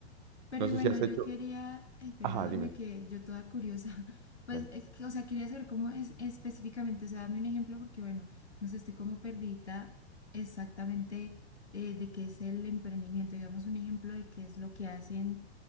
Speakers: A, on the left; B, on the right.
A: pero
B: no
A: y
B: sé
A: bueno,
B: si has
A: yo
B: hecho...
A: quería, ay, perdóname
B: Ajá, dime.
A: que yo toda curiosa, <laughs> pues,
B: Eh.
A: es que, o sea, quería saber cómo es específicamente, o sea, dame un ejemplo porque, bueno, no sé, estoy como perdida exactamente eh, de qué es el emprendimiento, digamos un ejemplo de qué es lo que hacen,